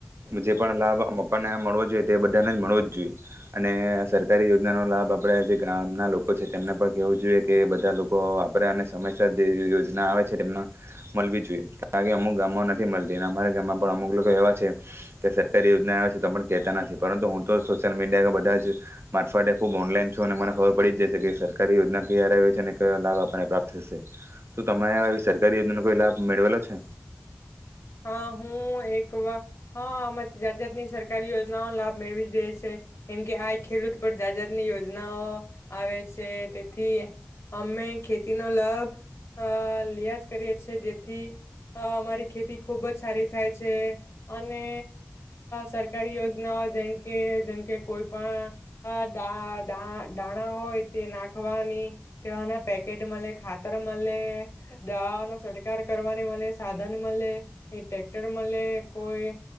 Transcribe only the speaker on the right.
જે પણ લાભ આપણને મળવો જોઈએ તે બધાને જ મળવો જ જોઈએ અને સરકારી યોજનાનો લાભ આપણે જે ગામના લોકો છે તેમને પણ કહેવું જોઈએ કે બધા લોકો વાપરે અને સમયસર જે યોજના આવે છે તેમને મળવી જોઈએ કારણ કે અમુક ગામો નથી મળતી અને અમારા ગામમાં પણ અમુક લોકો એવા છે કે સરકારી યોજના આવે છે તો પણ કેહેતા નથી પરંતુ હું તો સોશિયલ મીડિયા કે બધા જ મારફતે ખુબ ઓનલાઈન છું અને મને ખબર પડી જ જશે કે સરકારી યોજના ક ર છે. લાભ આપણને પ્રાપ્ત થશે શ તમે સરકારી જનો કોઈ લાભ મેળવેલો છે.